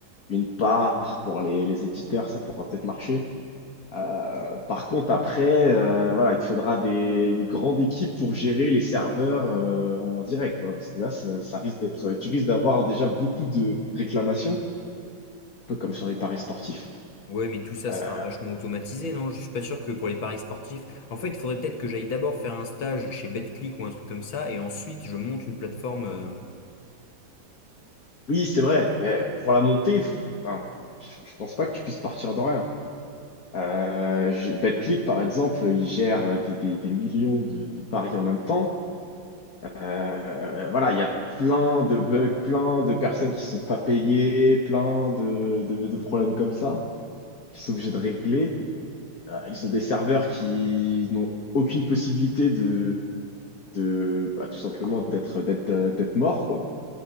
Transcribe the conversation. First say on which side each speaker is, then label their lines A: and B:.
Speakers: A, on the left (about 50°); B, on the left (about 80°).
A: une part pour les, les éditeurs, ça pourra peut-être marcher. Euh, par contre, après, euh, voilà, il te faudra des, une grande équipe pour gérer les serveurs euh, en direct, quoi, parce que là, ça, ça risque d'être, tu risques d'avoir déjà beaucoup de réclamations, un peu comme sur les paris sportifs.
B: Ouais, mais tout ça
A: Euh,
B: sera vachement automatisé, non? Je suis pas sûr que pour les paris sportifs. En fait, il faudrait peut-être que j'aille d'abord faire un stage chez Betclic ou un truc comme ça, et ensuite je monte une plateforme. euh,
A: oui, c'est vrai, mais pour la montée, f- enfin, je je pense pas que tu puisses partir de rien. Euh, je- Betclic, par exemple, il gère euh, des, des- des millions de, de paris en même temps. Euh, voilà, il y a plein de bugs, plein de personnes qui sont pas payées, plein de, de- de problèmes comme ça, qui sont obligés de régler. Euh, ils ont des serveurs qui n'ont aucune possibilité de, de bah, tout simplement d'être d'être euh, d'être morts, quoi,